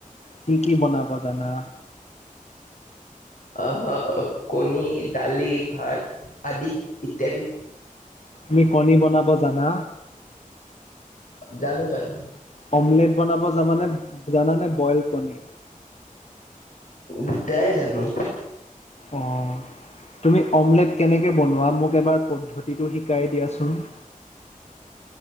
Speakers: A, on the left (about 50°); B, on the left (about 65°).
A: কি কি বনাব জানা।
B: আহ কণী, দালি, ভাত আদি ইত্যাদি।
A: তুমি কণী বনাব জানা।
B: জানো জানো।
A: অমলেট বনাব জানানে? বইল কণী
B: দুটাই জানো।
A: অ'। তুমি অমলেট কেনেকে বনোৱা। মোক এবাৰ পদ্ধতিটো শিকাই দিয়া চোন <unintelligible>